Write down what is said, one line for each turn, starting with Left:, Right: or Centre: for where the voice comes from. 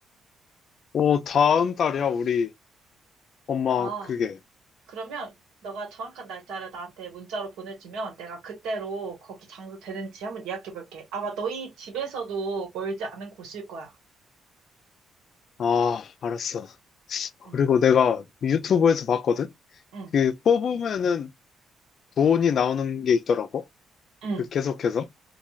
Left: 어, 다음 달이야, 우리 엄마
Right: 아,
Left: 그게.
Right: 그러면 너가 정확한 날짜를 나한테 문자로 보내주면 내가 그때로 거기 장소 되는지 한번 예약해볼게. 아마 너희 집에서도 멀지 않은 곳일 거야.
Left: 아, 알았어.
Right: 응,
Left: 그리고 내가 유튜브에서 봤거든?
Right: 응,
Left: 그 뽑으면은 돈이 나오는 게 있더라고.
Right: 응.
Left: 그 계속해서.